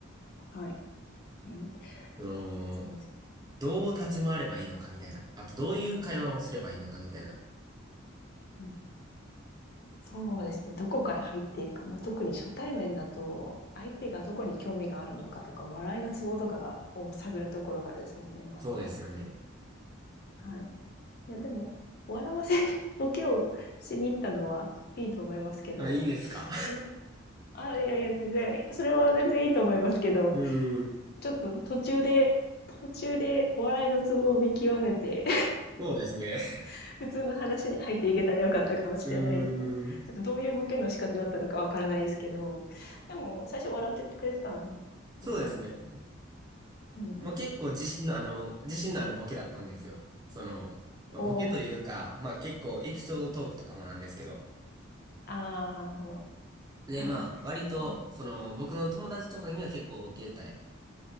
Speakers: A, on the left (about 50°); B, on the right (about 20°).
A: はい。うん。
B: その、
A: そうですね。
B: どう立ち回ればいいのかみたいな。あとどういう会話をすればいいのかみたいな。
A: うん。そうですね。どこから入っていくか。まあ、特に初対面だと、相手がどこに興味があるのかとか、笑いのツボとかが、を探るところからですもんね、まずは。
B: そうですよね。
A: はい。いや、でも、笑わせに、ボケをしに行ったのはいいと思いますけど、
B: あ、いいですか。
A: その、あ、いやいや、全然、それは全然いいと思いますけど、
B: <laughs> うーん。
A: ちょっと途中で、途中でお笑いのツボを見極めて、
B: そうですね。
A: <laughs> 普通の話に入っていけたらよかったかもしれないですね。
B: うーん。
A: ちょっとどういうボケの仕方だったのかわからないですけど、でも、最初笑ってくれてたんですか
B: そうですね。
A: うんうん。
B: まあ結構自信の、あの、自信のあるボケだったんですよ。その、まあボケというか、
A: おー、
B: まあ結構エピソードトークとかもなんですけど。
A: あー、なるほど。
B: で、
A: あ、
B: まあ割と、
A: でも、そ
B: その、僕の友達とかには結構受けた